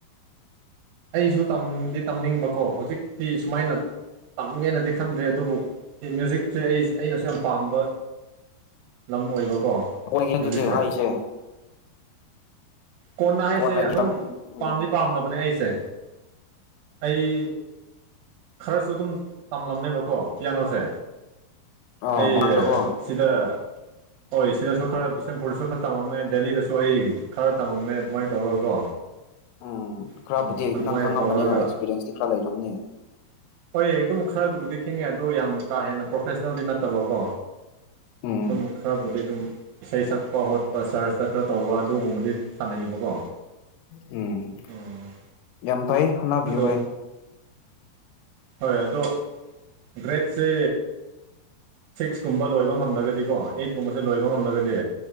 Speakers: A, on the right (about 80°); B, on the left (about 80°).
A: ꯑꯩꯁꯨ ꯇꯝꯗꯤ ꯇꯝꯅꯤꯡꯕꯀꯣ ꯍꯧꯖꯤꯛꯇꯤ ꯁꯨꯃꯥꯏꯅ ꯇꯝꯒꯦꯅꯗꯤ ꯈꯟꯗ꯭ꯔꯦ ꯑꯗꯨꯕꯨ ꯃ꯭ꯌꯨꯖꯤꯛꯁꯦ ꯑꯩ ꯑꯩꯅꯁꯨ ꯌꯥꯝ ꯄꯥꯝꯕ ꯂꯝ ꯑꯣꯏꯕꯀꯣ
B: <unintelligible>
A: ꯃ꯭ꯌꯨꯖꯤꯛꯁꯦ ꯀꯣꯟꯅ ꯍꯥꯏꯁꯦ
B: ꯀꯣꯟꯅꯒꯤ
A: ꯑꯗꯨꯝ
B: ꯇꯝ ꯎꯝ
A: ꯄꯥꯝꯗꯤ ꯄꯥꯝꯂꯕꯅꯦ ꯑꯩꯁꯦ ꯑꯩ ꯈꯔꯁꯨ ꯑꯗꯨꯝ ꯇꯝꯂꯝꯃꯦꯕꯀꯣ ꯄꯤꯌꯥꯅꯣꯁꯦ
B: ꯑꯣ
A: ꯑꯩ
B: ꯃꯃꯥꯡꯗꯀꯣ
A: ꯁꯤꯗ ꯍꯣꯏ ꯁꯤꯗꯁꯨ ꯈꯔ ꯕꯤꯁꯦꯝꯄꯨꯔꯗꯁꯨ ꯈꯔ ꯇꯝꯃꯝꯃꯦ ꯗꯦꯜꯂꯤꯗꯁꯨ ꯑꯩ ꯈꯔ ꯇꯝꯃꯝꯃꯦ ꯑꯗꯨꯃꯥꯏꯅ ꯇꯧꯔꯒꯀꯣ
B: ꯎꯝ ꯈꯔꯕꯨꯗꯤ
A: ꯑꯣ ꯑꯗꯨꯃꯥꯏꯅ
B: ꯅꯪ ꯈꯪꯉꯝꯕꯅꯤꯅ
A: ꯇꯧꯔꯒ
B: ꯑꯦꯛꯁꯄꯤꯔꯤꯌꯦꯟꯁꯇꯤ ꯈꯔ ꯂꯩꯔꯝꯅꯤ
A: ꯍꯣꯏ ꯑꯗꯨꯝ ꯈꯔꯗꯨꯕꯨꯗꯤ ꯈꯪꯉꯦ ꯑꯗꯣ ꯌꯥꯝ ꯀꯥ ꯍꯦꯟꯅ ꯄ꯭ꯔꯣꯐꯦꯁꯅꯦꯜꯗꯤ ꯅꯠꯇꯕꯀꯣ
B: ꯎꯝ
A: ꯑꯗꯨꯝ ꯈꯔꯕꯨꯗꯤ ꯑꯗꯨꯝ ꯏꯁꯩ ꯁꯛꯄ ꯈꯣꯠꯄ ꯆꯔꯁꯇ ꯈꯔ ꯇꯧꯕ ꯑꯗꯨꯒꯨꯝꯕꯗꯤ ꯁꯥꯟꯅꯩꯕꯀꯣ
B: ꯎꯝ
A: ꯎꯝ
B: ꯌꯥꯝ ꯐꯩ ꯍꯣꯠꯅꯕꯤꯌꯨ
A: ꯑꯗꯣ
B: ꯚꯥꯏ
A: ꯍꯣꯏ ꯑꯗꯣ ꯒ꯭ꯔꯦꯠꯁꯦ ꯁꯤꯛꯁ ꯀꯨꯝꯕ ꯂꯣꯏꯕ ꯉꯝꯂꯒꯗꯤꯀꯣ ꯑꯦꯠ ꯀꯨꯝꯕꯁꯦ ꯂꯣꯏꯕ ꯉꯝꯂꯒꯗꯤ